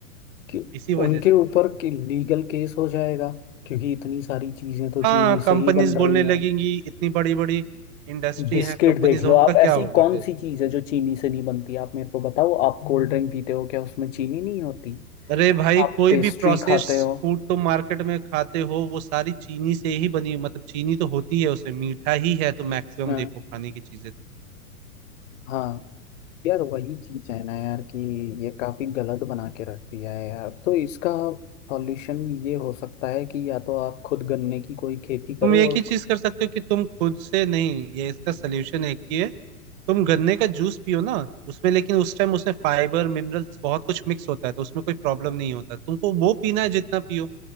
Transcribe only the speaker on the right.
इसी वजह
से
हाँ
कंपनीज
बोलने लगेंगी
इतनी बड़ी बड़ी इंडस्ट्री
है कंपनीज
उनका
क्या
होगा
फिर
अरे भाई
कोई
भी प्रोसेस्ड
फूड तुम मार्केट में खाते हो वो सारी चीनी से ही बनी मतलब चीनी तो होती है उसमें मीठा ही है तो मैक्सिमम
देखो खाने की चीजें
तुम एक
ही चीज कर सकते हो कि तुम खुद से नहीं ये इसका सलूशन एक ही है तुम गन्ने का जूस पियो ना उसमें लेकिन उस टाइम उसमें फाइबर मिनरल्स बहुत कुछ मिक्स होता है तो उसमें कोई प्रॉब्लम नहीं होता तुमको वो पीना है जितना पियो